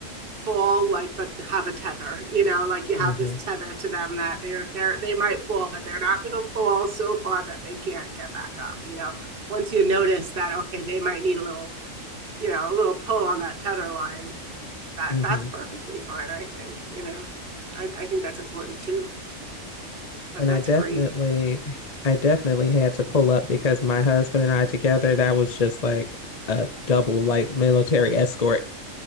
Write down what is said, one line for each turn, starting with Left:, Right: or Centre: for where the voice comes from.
Right: fall like but have a tether you know like you have
Left: hmm
Right: this tether to them that they're they're they might fall but they're not going to fall so far that they can't get back up you know once you notice that okay they might need a little you know a little pull on that tether line that
Left: hmm
Right: that's perfectly fine i think you know i, I think that's important too but
Left: And
Right: that's
Left: I definitely,
Right: great
Left: I definitely had to pull up because my husband and I together, that was just like a double, like military escort.